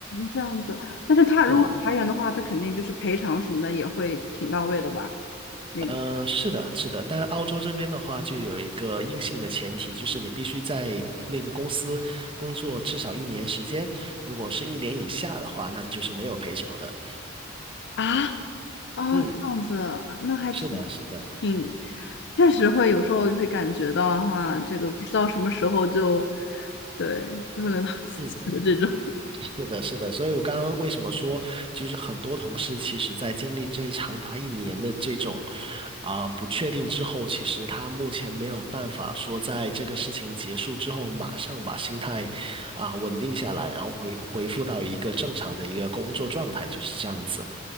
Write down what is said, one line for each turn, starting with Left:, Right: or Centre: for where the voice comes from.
Left: 这样子。但是它如果裁员的话，
Right: 嗯。
Left: 它肯定就是赔偿什么的也会挺到位的吧？那个
Right: 嗯、呃，是的，是的，但澳洲这边的话，就有一个硬性的前提，就是你必须在那个公司工作至少一年时间，如果是一年以下的话，那就是没有赔偿的。
Left: 啊哦，
Right: 嗯，
Left: 这样子，那还挺
Right: 是的，是的，
Left: 挺。确实会有时候会感觉到哈，这个不知道什么时候就，对，就会轮到自己的这种。
Right: 嗯。是的，是的，所以我刚刚为什么说，就是很多同事其实在经历这长达一年的这种啊、不确定之后，其实他目前没有办法说在这个事情结束之后，马上把心态啊、稳定下来，然后回回复到一个正常的一个工作状态，就是这样子，